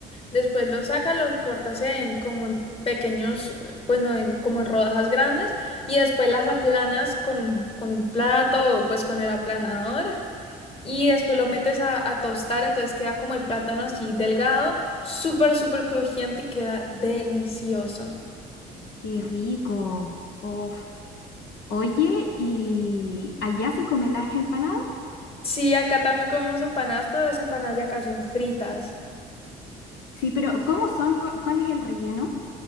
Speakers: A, on the left (about 35°); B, on the left (about 75°).
A: después lo sacas, los cortas en como en pequeños, eh, pues no, en, como en rodajas grandes, y después las aplanas con un, con un plato o pues con el aplanador. Y después lo metes a, a tostar, entonces queda como el plátano así delgado, súper, súper crujiente y queda delicioso.
B: Qué rico. Uf. Oye, ¿y allá se comen las empanadas?
A: Sí, acá también comemos empanadas, pero las empanadas de acá son fritas.
B: Sí, pero ¿cómo son? ¿Cu- ¿Cuál es el relleno?